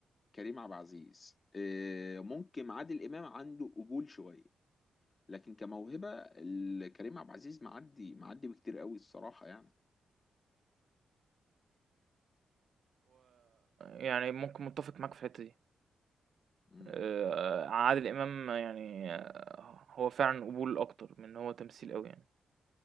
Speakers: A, on the left (about 30°); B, on the right (about 65°).
A: كريم عبد العزيز آه، ممكن عادل إمام عنده قبول شوية لكن كموهبة ال- كريم عبد العزيز معدي معدي بكتير قوي الصراحة يعني
B: يعني ممكن متفق معاك في الحتة دي
A: مم.
B: آآ عادل إمام يعني آه، هو فعلًا قبول أكتر من إن هو تمثيل أوي يعني،